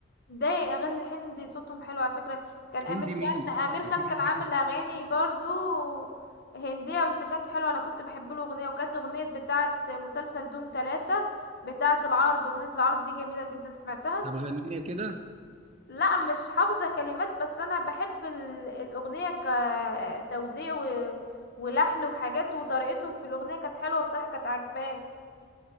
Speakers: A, on the left; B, on the right.
A: ده اغاني الهندي صوتهم حلو على فكره كان امير
B: هندي
A: خان
B: مين
A: امير خان
B: مفيش
A: كان
B: هندي.
A: عامل اغاني برضو هنديه بس كانت حلوه انا كنت بحب له اغنيه وكانت اغنيه بتاعه مسلسل دوم ثلاثة بتاعه العرض اغنيه العرض دي جميله جدا سمعتها
B: طب غنيه كده
A: لا مش حافظه كلمات بس انا بحب ال- الاغنيه كتوزيع و... ولحن وحاجات وطريقتهم في الاغنيه كانت حلوه بصراحه كانت عجباني